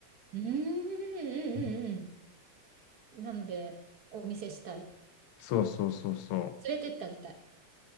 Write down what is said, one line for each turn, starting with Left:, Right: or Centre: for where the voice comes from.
Right: うん、うん、うん、
Left: うん
Right: うん。なので、お見せしたい。
Left: そうそうそうそう。
Right: 連れてってあげたい。